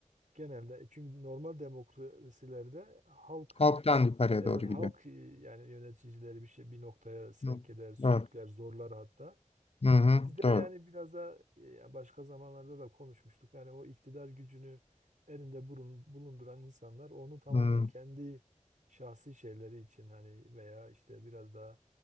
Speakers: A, on the right (about 80°); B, on the left (about 50°).
A: genelde e, çünkü normal demokrasilerde halk
B: Halktan yukarıya
A: evet
B: doğru
A: halk
B: gidiyor.
A: e, yani yöneticileri bir şey bir noktaya sevk
B: Hı,
A: eder, sürükler,
B: Doğru.
A: zorlar hatta.
B: Hı hı,
A: Biz de
B: doğru.
A: yani biraz da e, başka zamanlarda da konuşmuştuk. Yani o iktidar gücünü elinde burun- bulunduran insanlar onu tamamen
B: Hmm,
A: kendi şahsi şeyleri için hani veya işte biraz daha